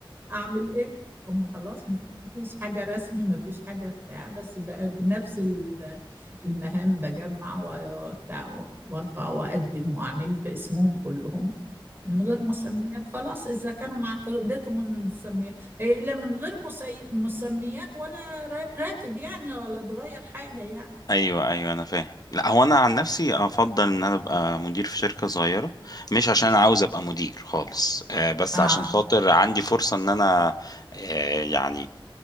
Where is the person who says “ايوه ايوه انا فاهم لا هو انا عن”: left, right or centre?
Left